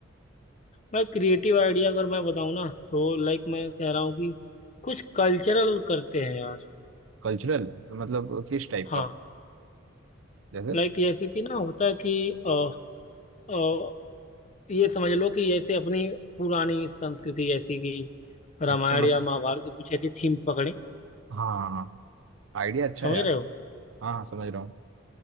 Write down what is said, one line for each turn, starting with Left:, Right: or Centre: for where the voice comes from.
Left: मैं क्रिएटिव आइडिया अगर मैं बताऊँ ना तो लाइक मैं कह रहा हूँ कि कुछ कल्चरल करते हैं यार
Right: कल्चरल मतलब किस टाइप
Left: हाँ
Right: का जैसे
Left: लाइक जैसे कि ना होता है कि अ, अ, ये समझ लो कि जैसे अपनी पुरानी संस्कृति जैसे कि रामायण
Right: अच्छा मतलब
Left: या महाभारत की कुछ ऐसी थीम पकड़े
Right: हाँ हाँ हाँ आइडिया अच्छा
Left: समझ
Right: है यार
Left: रहे हो
Right: हाँ हाँ समझ रहा हूँ